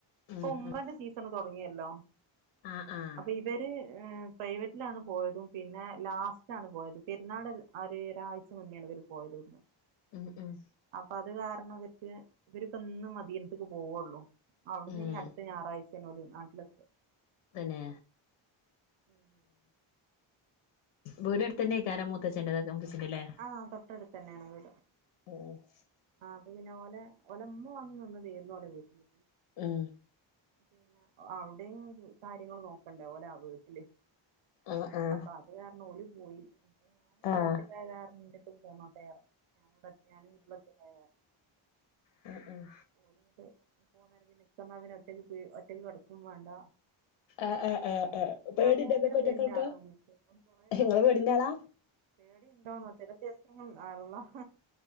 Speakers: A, on the right (about 70°); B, on the left (about 80°).
A: ഇപ്പൊ
B: ഉം
A: കൊമ്പന്റെ
B: ഉം
A: സീസൺ തുടങ്ങിയല്ലോ
B: ആഹ് ആഹ്
A: അപ്പൊ ഇവര്- പ്രൈവറ്റിലാണ് പോയതും പിന്നെ ലാസ്റ്റാണ് പോയത് പെരുന്നാൾ ആ ഒരു ആരാഴ്ച മുന്നാണ് പോയത് വിടന്ന് <unintelligible>
B: ഉം ഉം
A: അപ്പൊ അത് കാരണം വച്ച് ഇവര് ഇവരിപ്പ ഇന്ന് മതിനത്തേക്ക് പോവുള്ളൂ അവിടന്ന്
B: ഏഹ്
A: ഇനി അടുത്ത ഞായറാഴ്ച എന്നാല് നാട്ടിലെത്തും
B: തന്നെ
A: ഉം
B: ഇവര് അടുത്തന്നെ കാര മൂത്തച്ചെണ്ട <unintelligible> തൊ വിിച്ച അല്ലേ
A: ആഹ് തൊട്ടടുത്ത് തന്നെയാണ് വീട്
B: ഉം <unintelligible>
A: ആഹ് അത് പിന്നെ ഓലെ ഓലെ അമ്മ വന്ന് നിന്ന് കേയറുന്ന പോലെ വീട്ടില്
B: ഉം
A: പിന്നെ അവിടെയും കാര്യങ്ങൾ നോക്കണ്ടേ ഓലെ ആ വീട്ടില്
B: ആഹ് ആഹ്
A: അപ്പൊ അത് കാരണം ഓല് പോയി അ ഞാൻ കാ <unintelligible>
B: ആഹ്
A: രട്ട് പോന്നോട്ടെ <unintelligible> ആയിരുന്നു ഞാന ഞാനും ഇപ്പള് ഒറ്റക്കായൊ
B: ഉം ഉം
A: ഓല് ഉണ്ട് പോന്ന പിന്നെ എനിക്ക് എന്നാ ഒറ്റക്ക് ഒറ്റയ്ക്ക് കെടക്കും വേണ്ട
B: ആഹ് ആഹ് ആഹ് ആഹ്
A: ഞാൻ
B: പേടിണ്ടോ
A: ഇപ്പ ഭയങ്കര
B: ഇങ്ങക്ക്
A: പേടിന്റെ
B: ഒറ്റക്കടക്കാ
A: ആളാണ് ഇപ്പൊ കൊറെക്കെ
B: ഇങ്ങള്
A: അങ്ങനെ-
B: പേടിന്റെ ആളാ
A: പേടി ഉണ്ടോന്നോ ചെല ദിവസങ്ങളിൽ അള്ളാ -